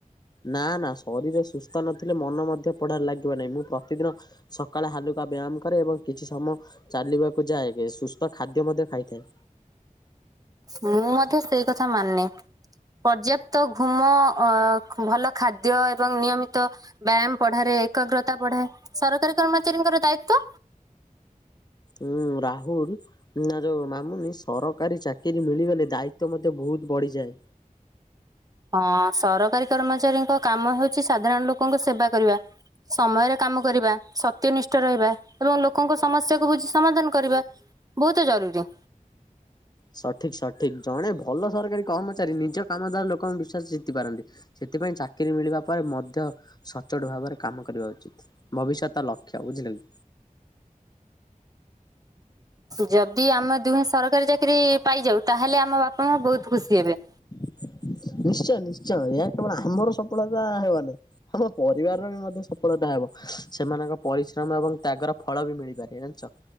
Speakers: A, on the left; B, on the right.
A: ନା ନା ଶରୀର ସୁସ୍ଥ ନଥିଲେ ମନ ମଧ୍ୟ ପଢାରେ ଲାଗିବ ନାହିଁ ମୁଁ ପ୍ରତିଦିନ ସକାଳେ ହାଲୁକା ବ୍ୟାୟାମ କରେ ଏବଂ କିଛି ସମୟ ଚାଲିବାକୁ ଯାଏ ବି ସୁସ୍ତ ଖାଦ୍ୟ ମଧ୍ୟ ଖାଇଥାଏ।
B: ମୁଁ ମଧ୍ୟ ସେଇ କଥା ମାନେ। ପର୍ଯ୍ୟପ୍ତ ଘୁମ ଅ ଭଲ ଖାଦ୍ୟ ଏବଂ ନିୟମିତ ବ୍ୟାୟାମ ପଢାରେ ଏକାଗ୍ରତା ବଢାଏ ସରକାରୀ କର୍ମଚାରୀଙ୍କର ଦାୟିତ୍ୱ
A: ଉଁ ରାହୁଲ ନା ଯୋଉ ମାମୁନି ସରକାରୀ ଚାକିରି ମିଳିଗଲେ ଦାୟିତ୍ୱ ମଧ୍ୟ ବୋହୁତ ବଢିଯାଏ।
B: ହଁ ସରକାରୀ କର୍ମଚାରୀଙ୍କ କାମ ହୋଉଚି ସାଧାରଣ ଲୋକଙ୍କ ସେବା କରିବା। ସମୟରେ କାମ କରିବା ସତ୍ୟ ନିଷ୍ଠ ରହିବା ଏବଂ ଲୋକଙ୍କ ସମସ୍ୟାକୁ ବୁଝି ସମାଧାନ କରିବା। ବୋହୁତ ଜରୁରୀ।
A: ସଠିକ୍ ସଠିକ୍ ଜଣେ ଭଲ ସରକାରୀ କର୍ମଚାରୀ ନିଜ କାମ ଦ୍ଵାରା ଲୋକଙ୍କ ବିଶ୍ୱାସ ଜିତିପାରନ୍ତି। ସେଥିପାଇଁ ଚାକିରି ମିଳିବା ପରେ ମଧ୍ୟ ସଚୋଟ ଭାବରେ କାମ କରିବା ଉଚିତ। ଭବିଷ୍ୟତ ଲକ୍ଷ୍ୟ ବୁଝିଲେ କି।
B: ଯଦି ଆମେ ଦୁହେଁ ସରକାରୀ ଚା କିରି ପାଇଯାଉ ତାହେଲେ ଆମ ବାପାମାଆ ବୋହୁତ ଖୁସିହେବେ।
A: ନିଶ୍ଚୟ ନିଶ୍ଚୟ ଏହା କେବଳ ଆମର ସଫଳତା ହେବନାଇଁ ଆମ ପରିବାରର ବି ମଧ୍ୟ ସଫଳତା ହବ ସେମାନଙ୍କ ପରିଶ୍ରମ ଏବଂ ତ୍ୟାଗର ଫଳ ବି ମିଳିପାରେ ଜଣିଚ।